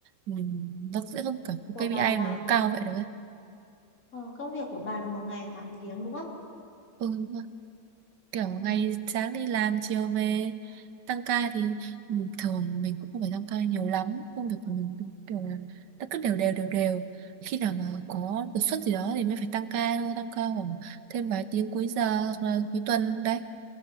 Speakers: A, on the right; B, on the left.
A: Ừm, nó sẽ không kiểu có
B: của
A: KPI
B: bà là
A: mà nó
B: một
A: cao vậy được ấy.
B: ờ, công việc của bà là một ngày 8 tiếng đúng không
A: Ừ, kiểu
B: ừ.
A: ngày sáng đi làm chiều về tăng ca thì ừm, thường mình cũng không phải tăng ca nhiều lắm công việc của mình cũng kiểu là nó cứ đều đều đều đều khi nào mà có đột xuất gì đó thì mới phải tăng ca thôi tăng ca khoảng thêm vài tiếng cuối giờ hoặc là cuối tuần đấy